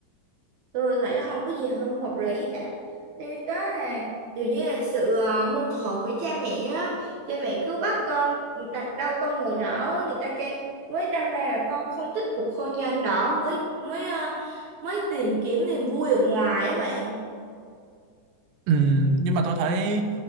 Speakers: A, on the right; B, on the right.
A: tôi thấy không có gì không hợp lý cả Thì đó là kiểu như là sự ờ, mâu thuẫn với cha mẹ á cha mẹ cứ bắt con đặt đâu con ngồi đó người ta kêu mới đâm ra là con không thích cuộc hôn nhân đó mới mới ờ, mới tìm kiếm niềm vui ở ngoài á bạn
B: Ừ, nhưng mà tôi thấy